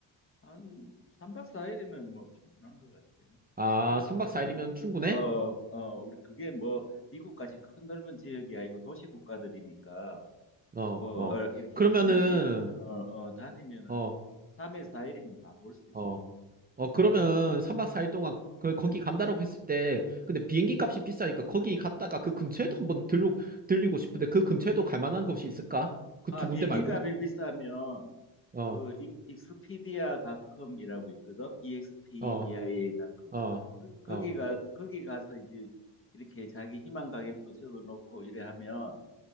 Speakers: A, on the left (about 25°); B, on the right (about 20°).
A: 한 3박 4일이면 뭐 충분한 것 같아요.
B: 아,
A: 그게
B: 3박 4일이면
A: 그렇게
B: 충분해?
A: 어, 어, 우리 그게 뭐 미국까지 큰 넓은 지역이 아니고 도시 국가들이니까
B: 어,
A: 뭐
B: 어.
A: 어, 이렇게
B: 그러면은,
A: 부지런히 다, 어, 어, 다니면 한
B: 어,
A: 3일 4일이면 다 볼 수 있어.
B: 어, 어, 그러면 3박 4일 동안, 그, 거기 간다라고 했을 때, 근데 비행기 값이 비싸니까 거기 갔다가 그 근처에도 한번 들르, 들리고 싶은데, 그 근처에도 갈 만한 곳이 있을까? 그
A: 아,
B: 두
A: 비행기
B: 군데 말고?
A: 값이 비싸면
B: 어,
A: 그 이- 익스피디아닷컴이라고 있거든. EXPDIA.com.
B: 어, 어,
A: 그- 거기
B: 어.
A: 가 거기 가서 이제 이렇게 자기 희망 가격도 적어 놓고 이래 하면